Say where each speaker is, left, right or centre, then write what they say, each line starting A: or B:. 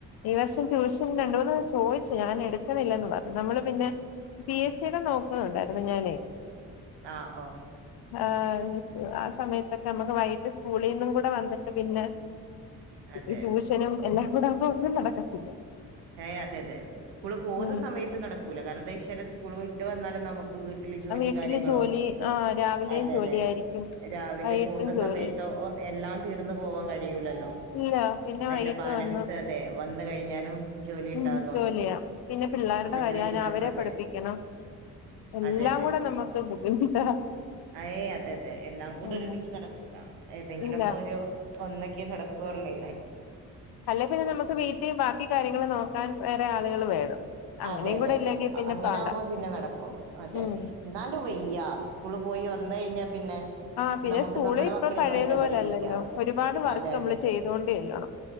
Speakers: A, on the left (about 55°); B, on the right (about 70°).
A: ഈ വർഷം ട്യൂഷൻ രണ്ടുന്നു ചോയ് ഞാൻ എടുക്കുന്നില്ലന്ന് പറഞ്ഞു നമ്മള് പിന്നെ പി എസ് സിയുടെ നോക്കുന്നുണ്ടായിരുന്നു ഞാനേ.
B: അ ഒ
A: ആ ആ സമയത്തൊക്കെ നമ്മുക്ക് വൈകിട്ട് സ്കൂളിൽ നിന്നും കൂടെ വന്നിട്ട് പിന്നെ
B: അതെ
A: ഈ ട്യൂഷനും എല്ലാം കൂടെ ആകുമ്പോ ഒന്നും നടക്കത്തില്ല
B: ഏയ് അതെ അതെ സ്കൂൾ പോക
A: ഉം
B: സമയത്ത് നടക്കൂല കാരണം എന്താ വെച്ചാല് സ്കൂൾ വിട്ട് വന്നാലും നമുക്ക് വീ ട്ട് ല് ജോലിയും
A: വീട്ടില്
B: കാര്യങ്ങളും
A: ജോലി ആ രാവിലെയും
B: അതെതെ
A: ജോലിയായിരിക്കും
B: രാവിലെ
A: വൈകിട്ടും
B: പോകുന്ന
A: ജോലി
B: സമയത്തോ എല്ലാം തീർന്ന പോവാൻ കഴിയൂല്ലല്ലോ
A: ഇല്ല പിന്നെ
B: അതിന്റെ
A: വൈകിട്ട്
B: ബാലൻസ്
A: വന്ന്
B: അതെ വന്ന കഴിഞ്ഞാലും ജോലി ഉണ്ടാകും
A: ഉം ജോലിയാ പിന്നെ പിള്ളേരുടെ
B: അപ്പൊ
A: കാര്യം
B: ട്യൂഷനും
A: അവരെ
B: അതെ
A: പഠിപ്പിക്കണം എല്ലാം
B: അതെ
A: കൂടെ നമ്മുക്ക് ബുദ്ധിമുട്ടാ
B: അഏയ് അതെ അതെ എല്ലാം കൂടെ
A: ഉം
B: ഒരുമിച്ച് നടക്കൂല ഏതെങ്കിലുക്കെ
A: ഇല്ല
B: ഒരു ഒന്നൊക്കെയ നടക്കുർ ലെ
A: അല്ല പിന്നെ നമുക്ക് വീട്ടിൽ ബാക്കി കാര്യങ്ങൾ നോക്കാൻ വേറെ ആളുകൾ വേണം അങ്ങനെയും
B: അതെ അതെ
A: കൂടെ ഇല്ലെങ്കിൽ പിന്നെ
B: അങ്ങനെ
A: പാടാ
B: ആകുമ്പോ പിന്നെ നടക്കും അതെ
A: ഉം
B: എന്നാലും വയ്യ സ്ക്കൂളിൽ പോയി വ ന്നു കഴിഞ്ഞാൽ പിന്നെ
A: ആ പിന്നെ
B: നമുക്ക്
A: സ്കൂള്
B: നമ്മുടെ
A: ഇപ്പ
B: മക്കളെയും
A: പഴയതു
B: വേണ്ടേ
A: പോലെല്ലല്ലോ
B: പഠിപ്പിക്കാം
A: ഒരുപാട് വർക്ക്
B: അതെ
A: നമ്മള്
B: അതെ
A: ചെയ്തുകൊണ്ടേല്ലണം